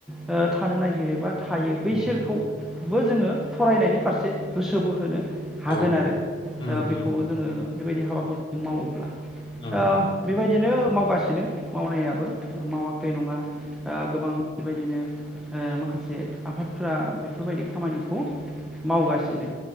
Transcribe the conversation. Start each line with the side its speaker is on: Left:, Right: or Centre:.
Centre: ओ थानो नागिरो बा था बैसोरखौबो
Left: उम
Centre: जोङो फरायनायनि फारसे गोसो बोहोनो हागोन
Left: औ
Centre: आरो ओ
Left: उम
Centre: बेखौ
Left: उम
Centre: जोङो बेबायदि हाबाखौ मावोब्ला
Left: उम
Centre: ओ बेबाय दिनो मावगासिनो मावनायाबो मावाखै नङा ओ गोबां बेबायदिनो ओ माखासे आफाद फ्रा बेफोरबायदि खामानिखौ मावगासिनो